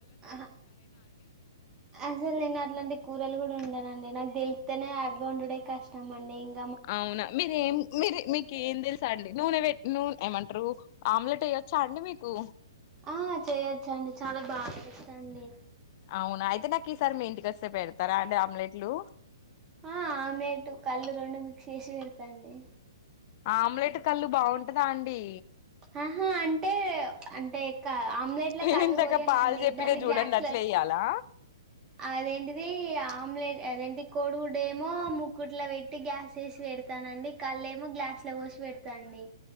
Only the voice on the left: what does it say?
అవునా మిడ్ ఏం మీరేం మీర మీకుేం తెలుస అండి నువవెట్ నూన ఏమంటారు ఆమ్లెట్ వేయొచ్చా అండి మీకు
అవునా అయితే నాకు ఈసారి మీ ఇంటికి వస్తే పెడతారా అండి ఆమ్లెట్లు
ఆమ్లెట్ కల్లు బావుంటదా అండి
నేను
ఇందాక
పాలు చెప్పిన
చూడండి
అట్లా
ఎయ్యాలా